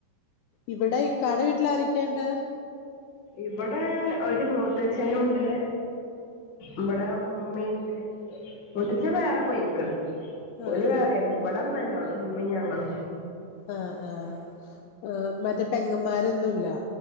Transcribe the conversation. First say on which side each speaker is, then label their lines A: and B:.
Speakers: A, on the left; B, on the left.
A: ഇവിടെ ഇക്കാടെ വീട്ടില് ആരൊക്കെണ്ട്
B: ഇവിടെ ഒരു മൂത്തച്ഛനും ഉണ്ട് ഇവിടെ ഉമ്മിണ്ട് മൂത്തച്ഛൻ വേറെ പോയിക്ക്ണ് ഓല്
A: ആഹ്
B: വേറെണ്
A: ആഹ്
B: ഇവിടെ ഇമ്മ ന്നെ ഒള്ളു ഇമ്മി ഞങ്ങളും
A: ആഹ് ആഹ് ആഹ് മറ്റേ പെങ്ങന്മാരൊന്നുല്ലാ